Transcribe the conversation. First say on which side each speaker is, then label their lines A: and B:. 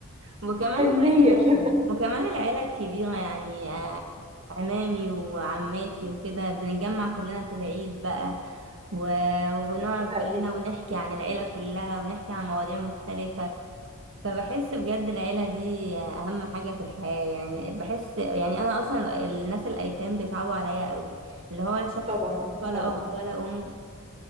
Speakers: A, on the right; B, on the right.
A: وكمان
B: حنيه
A: العيله
B: كده
A: وكمان العيله الكبيره يعني آه، عمامي وعماتي وكده بنتجمع كلنا في العيد بقى و... ونقعد
B: <laughs> حقيقي
A: كلنا ونحكي عن العيله كلها ونحكي عن مواضيع مختلفه فبحس بجد العيلة دي أهم حاجة في الحياة يعني بحس يعني أنا أصلا الناس الأيتام بيصعبوا عليا قوي اللي هو شخص
B: طبعا
A: ولا
B: طبعا
A: أب ولا أم